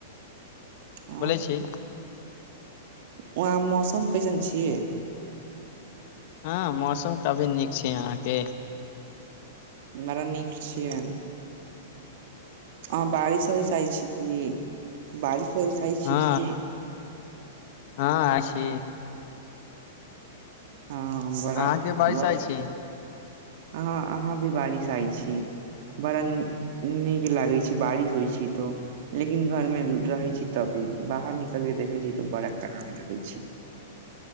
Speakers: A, on the right; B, on the left.
A: हँ
B: बोलै छी
A: वहाँ मौसम कैसन छिय
B: हँ मौसम काफी नीक छै अहाँके
A: बरा नीक छियै हँ बारिश होइ छइ छै कि बाड़ी पैसइ छै
B: हँ
A: की
B: हँ अ छी
A: हँ
B: अहाँके
A: बड़ा
B: बारिश
A: बर
B: आइ छी
A: अहाँ अहाँ भी बारिश आइ छी बड़ा नीक लागै छै बारिश होइ छै तऽ लेकिन घरमे रहै छी तभी बाहर निकल कऽ देखै छी तऽ बड़ा खराब लागै छै